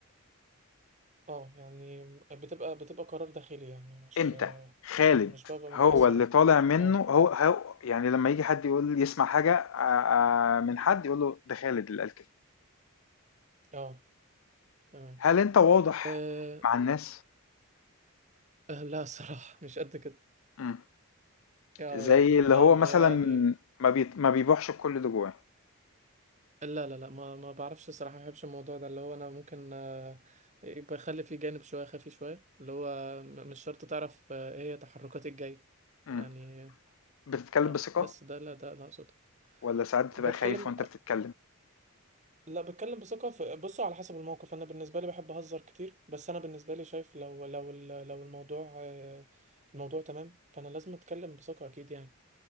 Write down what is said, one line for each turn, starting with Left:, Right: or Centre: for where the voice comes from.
Right: اه يعني بتبقى بتبقى قرار داخلي يعني مش
Left: أنت خالد
Right: مش ببقى متأثر
Left: هو اللي طالع منه
Right: اه
Left: هو, هو يعني لما يجي حد يقول يسمع حاجة آه، آه، من حد يقول له ده خالد اللي قال كده
Right: اه تمام
Left: هل أنت واضح
Right: أه
Left: مع الناس؟
Right: آه، لا صراحة مش قد كده
Left: مم.
Right: اه
Left: زي
Right: يعني أو
Left: اللي هو مثلا
Right: يعني
Left: ما بيت... ما بيبوحش الكل اللي جواه
Right: لا لا لا ما ما بعرفش صراحة ما بحبش الموضوع ده اللي هو انا ممكن آه، يبقى يخلي فيه جانب شوية خفي شوية اللي هو م- مش شرط تعرف آه، ايه هي تحركاتي الجاية
Left: مم.
Right: يعني
Left: بتتكلم
Right: اه
Left: بثقة
Right: بس ده لا ده لا اقصده
Left: ولا ساعات بتبقى
Right: بتكلم
Left: خايف وانت بتتكلم
Right: لا بتكلم بثقة في- بصوا على حسب الموقف أنا بالنسبة لي بحب أهزر كتير بس أنا بالنسبة لي شايف لو لو ال- لو الموضوع آه، الموضوع تمام فأنا لازم أتكلم بثقة أكيد يعني